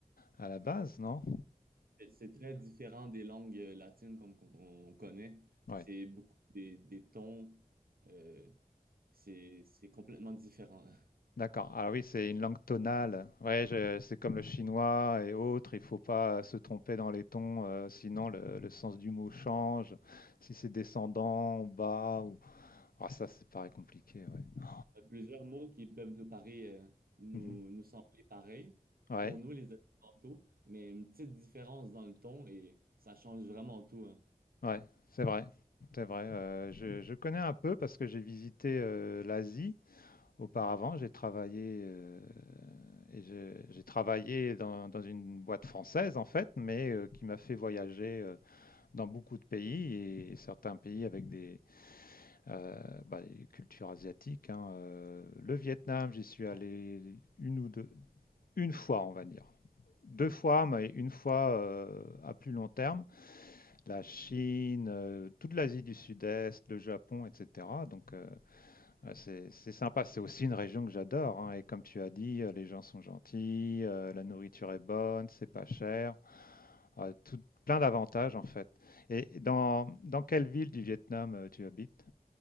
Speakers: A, on the left (about 75°); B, on the right (about 80°).
A: à la base, non?
B: c'est c'est très différent des langues euh, latines comme qu'on on connaît.
A: Ouais.
B: C'est beaucoup des, des tons. euh, c'est c'est complètement différent. <laughs>
A: D'accord. Alors oui, c'est une langue tonale. Ouais, je- c'est comme le chinois et autres. Il faut pas euh, se tromper dans les tons, euh, sinon le, le sens du mot change. Si c'est descendant, ou bas ou ah ça, c'est pareil compliqué. Ouais.
B: Ouais, plusieurs mots qui peuvent nous paraître, euh, nous,
A: Mhm.
B: nous sembler pareils
A: Ouais,
B: pour nous, les Occidentaux, mais une petite différence dans le ton et ça change vraiment tout. hein.
A: ouais, c'est vrai, c'est vrai. Euh, je, je connais un peu parce que j'ai visité euh, l'Asie. Auparavant, j'ai travaillé, euh, et j'ai j'ai travaillé dans, dans une boîte française en fait, mais euh, qui m'a fait voyager euh, dans beaucoup de pays et, et certains pays avec des, euh, bah, des cultures asiatiques. hein. Euh, le Vietnam, j'y suis
B: Bon,
A: allé une ou deux, une fois, on va dire. Deux fois, mais une fois euh, à plus long terme. La Chine, euh, toute l'Asie du Sud-Est, le Japon, etc. Donc, euh, Ouais, c'est c'est sympa, c'est aussi une région que j'adore. hein, Et comme tu as dit, euh, les gens sont gentils, euh, la nourriture est bonne, c'est pas cher, euh, tout, plein d'avantages en fait. Et dans, dans quelle ville du Vietnam euh, tu habites?